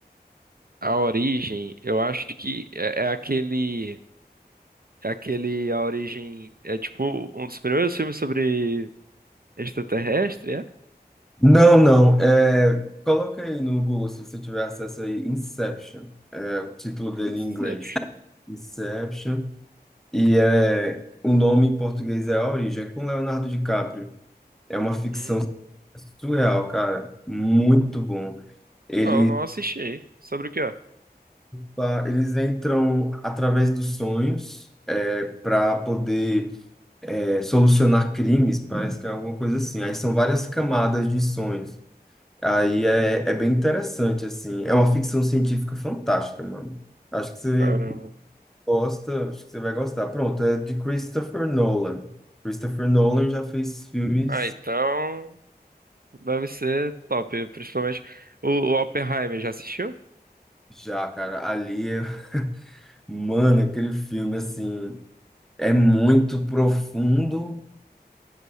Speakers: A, on the right; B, in the centre.
A: A Origem, eu acho que é, é aquele, é aquele A Origem é tipo um dos primeiros filmes sobre extraterrestre, é?
B: Não, não, é... Coloca aí no Google, se você tiver acesso aí, Inception, é o título dele
A: Inception.
B: em inglês. Inception, e é... o nome em português é A Origem, é com Leonardo DiCaprio. É uma ficção
A: Hum,
B: Surreal, cara. Muito bom. Ele,
A: não, não assisti. Sobre o que é?
B: pa- eles entram através dos sonhos é, para poder é, solucionar crimes, parece que é alguma coisa assim. Aí são várias camadas de sonhos. Aí é, é bem interessante, assim. É uma ficção científica fantástica, mano. Acho que você
A: Caramba.
B: gosta, acho que você vai gostar. Pronto, é de Christopher Nolan. Christopher Nolan já fez filmes
A: Ah, então deve ser top, principalmente o, o Oppenheimer já assistiu?
B: já, cara. Ali é, mano, aquele filme assim. é muito profundo